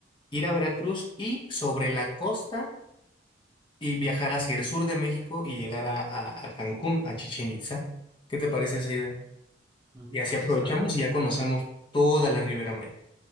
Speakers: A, on the left (about 25°); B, on the right (about 20°).
A: ir a Veracruz y sobre la costa y viajar hacia el sur de México y llegar a, a- a Cancún, a Chichén Itzá. ¿Qué te parece esa idea?
B: Mm,
A: Y así
B: Pues
A: aprovechamos
B: está,
A: y ya conocemos toda la Ribera Maya.